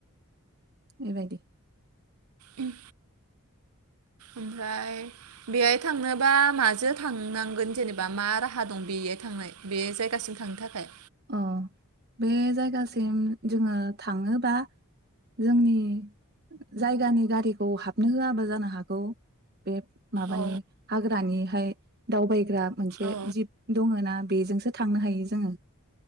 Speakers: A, on the right; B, on the right.
A: बेबायदि।
B: ओम। ओमफ्राय। बेहाय थांनोबा माजों थांनांगोन जेनेबा मा राहा दं बेहाय थांनाय बे जायगासिम थांनो थाखाय?
A: अ बे जायगासिम जोङो थाङोबा जोंनि जायगानि गारिखौ हाबनो होआबो जानो हागौ। बे माबानि
B: औ
A: हाग्रानिहाय दावबायग्रा मोनसे
B: औ
A: जिप दङो ना। बेजोंसो थांनो हायो जोङो।